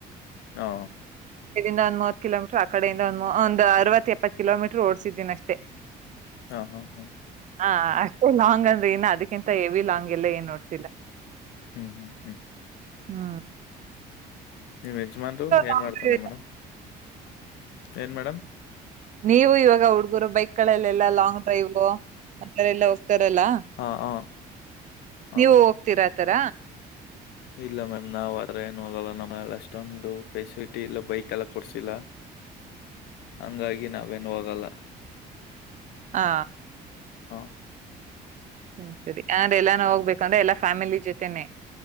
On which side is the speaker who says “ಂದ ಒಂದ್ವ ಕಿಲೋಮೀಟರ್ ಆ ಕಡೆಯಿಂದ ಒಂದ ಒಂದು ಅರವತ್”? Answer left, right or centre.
Right